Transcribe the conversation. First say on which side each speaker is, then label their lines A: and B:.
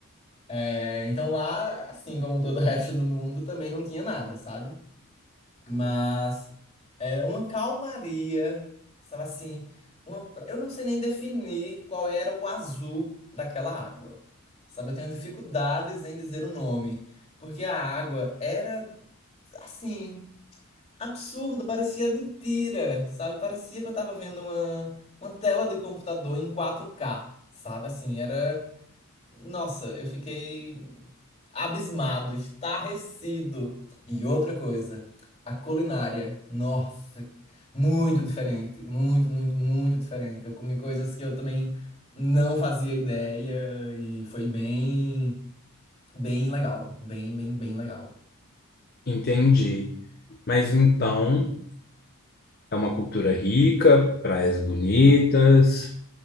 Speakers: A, on the left; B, on the left.
A: É, então lá, assim como todo o resto do mundo, também não tinha nada, sabe? Mas era uma calmaria, sabe assim? uma pra- eu não sei nem definir qual era o azul daquela água, sabe? Eu tenho dificuldades em dizer o nome, porque a água era, assim, absurda, parecia mentira, sabe? Parecia que eu tava vendo uma, uma tela de computador em quatro k sabe? Assim, era. Nossa, eu fiquei abismado, estarrecido. E outra coisa, a culinária. Nossa, muito diferente, muito, muito, muito diferente. Eu comi coisas que eu também não fazia ideia e foi bem, bem legal, bem, bem, bem legal.
B: Entendi. Mas então é uma cultura rica, praias bonitas,